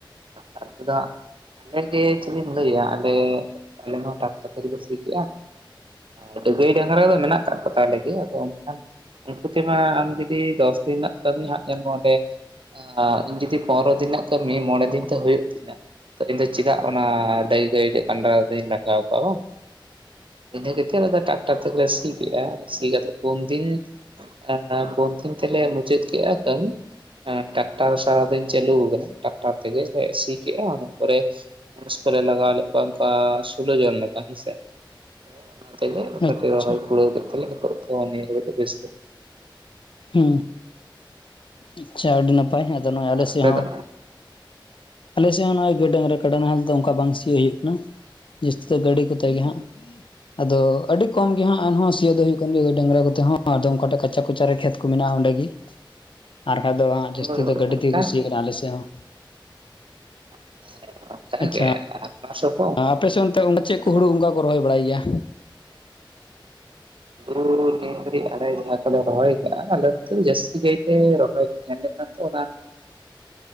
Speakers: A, on the right; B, on the left.
A: ᱴᱟᱠᱴᱟᱨ ᱛᱮᱫᱚ ᱦᱟᱜ ᱟᱞᱮ ᱜᱮ ᱪᱮᱫᱤᱧ ᱞᱟᱹᱭᱟ ᱟᱞᱮ ᱟᱞᱮ ᱦᱚᱸ ᱴᱟᱠᱴᱟᱨ ᱛᱮᱜᱮ ᱞᱮ ᱥᱤ ᱠᱮᱜ-ᱟ᱾ ᱟᱫᱚ ᱜᱟᱹᱭ ᱰᱟᱝᱜᱽᱨᱟ ᱫᱚ ᱢᱮᱱᱟᱜ ᱠᱟᱫ ᱠᱚᱛᱟᱞᱮᱭᱟ ᱟᱫᱚ ᱮᱱᱠᱷᱟᱱ ᱩᱱᱠᱩ ᱛᱮᱢᱟ ᱟᱢ ᱡᱩᱫᱤ ᱫᱚᱥ ᱫᱤᱱ ᱨᱮᱱᱟᱜ ᱠᱟᱹᱢᱤ ᱦᱟᱜ ᱧᱮᱞ ᱢᱮ ᱚᱸᱰᱮ ᱟ ᱤᱧ ᱡᱩᱫᱤ ᱯᱚᱱᱫᱨᱚ ᱫᱤᱱ ᱨᱮᱱᱟᱜ ᱠᱟᱹᱢᱤ ᱢᱚᱬᱮ ᱫᱤᱱ ᱛᱮ ᱦᱩᱭᱩᱜ ᱛᱤᱧᱟᱹ ᱤᱧ ᱫᱚ ᱪᱮᱫᱟᱜ ᱚᱱᱟ ᱫᱟᱹᱭ ᱜᱟᱹᱭ ᱠᱟᱸᱰᱟ ᱫᱚᱧ ᱞᱟᱜᱟᱣ ᱠᱚᱣᱟ ᱦᱳ ᱤᱱᱟᱹ ᱠᱟᱛᱮᱫ ᱟᱫᱚ ᱴᱟᱠᱴᱟᱨ ᱛᱮᱞᱮ ᱥᱤ ᱠᱮᱜ-ᱟ᱾ ᱥᱤ ᱠᱟᱛᱮᱫ ᱯᱩᱱ ᱫᱤᱱ ᱟᱨ ᱯᱩᱱ ᱫᱤᱱ ᱛᱮᱞᱮ ᱢᱩᱪᱟᱹᱫ ᱠᱮᱫ-ᱟ᱾ ᱠᱟᱹᱢᱤ ᱮ ᱴᱟᱠᱴᱟᱨ ᱥᱟᱨᱟᱫᱤᱱ ᱪᱟᱞᱩ ᱟᱠᱟᱱᱟ ᱴᱟᱠᱴᱟᱨ ᱛᱮᱜᱮ ᱞᱮ ᱥᱤ ᱠᱮᱜ-ᱟ᱾ ᱚᱱᱟ ᱯᱚᱨᱮ ᱢᱩᱱᱤᱥ ᱠᱚᱞᱮ ᱞᱟᱜᱟᱣ ᱞᱮᱫ ᱠᱚᱣᱟ ᱚᱱᱠᱟ ᱥᱩᱞᱩ ᱡᱚᱱ ᱞᱮᱠᱟ ᱦᱮᱸ ᱥᱮ ᱛᱚ ᱚᱱᱟ ᱛᱮᱜᱮ ᱠᱟᱹᱴᱤᱡ
B: ᱟᱪᱪᱷᱟ
A: ᱨᱚᱦᱚᱭ ᱠᱩᱲᱟᱣ ᱠᱮᱫ ᱛᱮᱞᱮ ᱱᱤᱛᱚᱜ ᱫᱚ ᱱᱤᱭᱟᱹ ᱦᱟᱹᱞᱤ ᱫᱚ ᱵᱮᱥ ᱜᱮ
B: ᱦᱩ ᱟᱪᱪᱷᱟ ᱟᱹᱰᱤ ᱱᱟᱯᱟᱭ ᱟᱫᱚ ᱱᱚᱜ-ᱚᱭ
A: ᱟᱨ
B: ᱟᱞᱮ ᱥᱮᱫ
A: ᱟᱯᱮ
B: ᱦᱚᱸ
A: ᱫᱚ?
B: ᱟᱞᱮ ᱥᱮᱫ ᱦᱚ ᱱᱚᱜ-ᱚᱭ ᱜᱟᱹᱭ ᱰᱟᱝᱨᱟ ᱠᱟᱰᱟ ᱱᱟᱦᱮᱞ ᱫᱚ ᱚᱱᱠᱟ ᱵᱟᱝ ᱥᱤ ᱦᱩᱭᱩᱜ ᱠᱟᱱᱟ ᱡᱟᱹᱥᱛᱤ ᱫᱚ ᱜᱟᱹᱰᱤ ᱠᱚᱛᱮ ᱜᱮ ᱦᱟᱜ ᱟᱫᱚ ᱟᱹᱰᱤ ᱠᱚᱢ ᱜᱮ ᱦᱟᱜ ᱮᱱᱦᱚᱸ ᱥᱤᱭᱳ ᱫᱚ ᱦᱩᱭᱩᱜ ᱠᱟᱱ ᱜᱮᱭᱟ ᱜᱟᱹᱭ ᱰᱟᱝᱨᱟ ᱠᱚᱛᱮ ᱦᱚ ᱟᱫᱚᱢ ᱚᱠᱟᱴᱷᱮᱱ ᱠᱟᱪᱟ ᱠᱚᱪᱟᱨᱮ ᱠᱷᱮᱛ ᱠᱚ ᱢᱮᱱᱟᱜ-ᱟ᱾ ᱚᱸᱰᱮ ᱜᱮ ᱟᱨ ᱵᱟᱠᱷᱟᱡ ᱫᱚ ᱦᱟᱜ
A: ᱦᱳᱭ
B: ᱡᱟᱹᱥᱛᱤ
A: ᱦᱳᱭ
B: ᱫᱚ ᱜᱟᱹᱰᱤ
A: ᱚᱱᱠᱟᱜᱮ
B: ᱛᱮᱜᱮ ᱠᱩ ᱥᱤᱭᱮᱫ ᱠᱟᱱᱟ ᱟᱞᱮ ᱥᱮᱫ ᱦᱚᱸ
A: <unintelligible>
B: ᱟᱪᱪᱷᱟ ᱟᱯᱮ ᱥᱮᱫ ᱚᱱᱛᱮ ᱪᱮᱫ
A: ᱟᱫᱚ
B: ᱠᱚ ᱦᱩᱲᱩ ᱚᱱᱠᱟ ᱠᱚ ᱨᱚᱦᱚᱭ ᱵᱟᱲᱟᱭ ᱜᱮᱭᱟ
A: ᱦᱩᱲᱩ ᱱᱤᱭᱟᱹ ᱜᱷᱟᱹᱲᱤᱡ ᱟᱞᱮ ᱡᱟᱦᱟ ᱠᱚᱞᱮ ᱨᱚᱦᱚᱭ ᱟᱠᱟᱜ-ᱟ᱾ ᱟᱞᱮ ᱱᱚᱛᱮ ᱡᱟᱹᱥᱛᱤ ᱠᱟᱭᱛᱮ ᱨᱚᱦᱚᱭ ᱵᱮᱱ ᱧᱮᱞ ᱞᱮᱠᱷᱟᱱ ᱫᱚ ᱚᱱᱟ
B: <unintelligible>